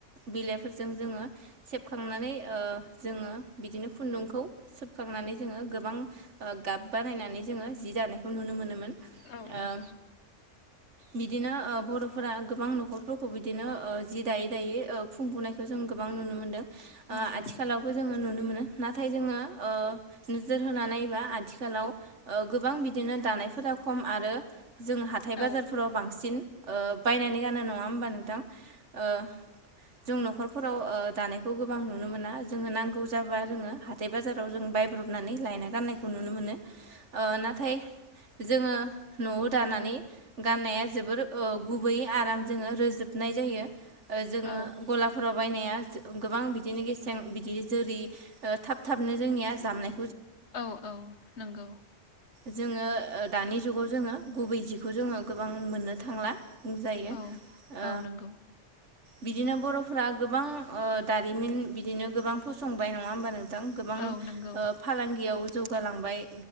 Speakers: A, on the right; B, on the left.
A: बिलाइफोरजों जोङो सेबखांनानै ओ जो बिदिनो। खुन्दुंखौ सोबखांनानै जोङो गोबां ओ गाब बानायनानै जोङो जि दानायखौ नुनो मोनोमोन। ओ
B: औ नोंगौ।
A: बिदिनो ओ बर'फोरा गोबां न'खरफोरखौ बिदिनो ओ जि दायै दायै ओ खुंबोनायखौ जों गोबां नुनो मोनदों ओ
B: औ औ
A: आथिखालावबो जोङो नुनो मोनो। नाथाय जोङो ओ नोजोर होनानैबा आथिखालाव गोबां बिदिनो दानायफोरा खम आरो जों हाथाय बाजारफोराव
B: औ
A: बांसिन ओ बायनानै गानो नङा होमबा नोंथां। ओ जों न'खरफोराव ओ दानायखौ गोबां नुनो मोना जोङो नांगौ जाबा। जोङो हाथाय बाजाराव जों बायब्रबनानै लायना गाननायखौ नुनो मोनो ओ नाथाय। जोङो न'आव दानानै गाननाया जोबोर ओ गुबैयै आराम जोङो रोजोबनाय जायो। जायो। ओ जोङो
B: औ
A: गलाफोराव बायनाया गोबां बिदिनो गेसें बिदि जोरि। ओ थाब थाबनो जोंनिया जामनाय
B: औ औ नोंगौ।
A: जोङो ओ दानि जुगाव जोङो गुबै जिखौ जोङो गोबां मोननो थांला बुंजायो।
B: औ
A: ओ
B: औ नोंगौ।
A: बिदिनो बर'फ्रा गोबां ओ दारिमिन बिदिनो गोबां फसंबाय नङा होनमबा नों थां गोबां
B: औ नंगौ
A: ओ फालांगिआव जौगालांबाय